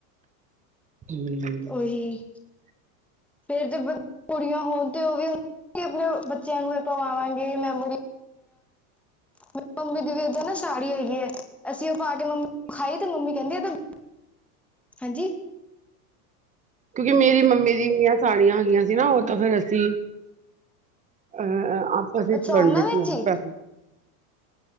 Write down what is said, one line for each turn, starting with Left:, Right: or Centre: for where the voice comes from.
Right: ਹਮ
Centre: ਔ ਹੀ
Right: <unintelligible>
Centre: ਫੇਰ ਤੇ, ਕੁੜੀਆਂ ਹੋਣ ਤੇ, ਉਹ ਵੀ ਅਸੀ ਆਪਣੇ ਬੱਚਿਆਂ ਨੂੰ ਇਹ ਪਵਾਵਾਂਗੇ, ਮੈਮੋਰੀ ਮ ਮੰਮੀ ਦੀ ਏਦ੍ਹਾ ਸਾੜੀ ਹੈਗੀ ਹੈ, ਅਸੀਂ ਉਹ ਪਾ ਕੇ ਮੰਮੀ ਨੂੰ ਦਿਖਾਈ, ਤੇ ਮੰਮੀ ਕਹਿੰਦੀ ਏ, ਏ ਤੇ ਹਾਂਜੀ।
Right: ਕਿਉਂਕਿ ਮੇਰੀ ਮੰਮੀ ਜੇਹੜਿਆ ਸਾੜੀਆਂ ਹੈਗੀਆਂ ਸੀ ਨਾ, ਉਹ ਤਾਂ ਫੇਰ ਅਸੀਂ ਅਹ ਆਪ <unintelligible>
Centre: ਅੱਛਾ ਉਹਨਾਂ ਵਿੱਚ ਹੀ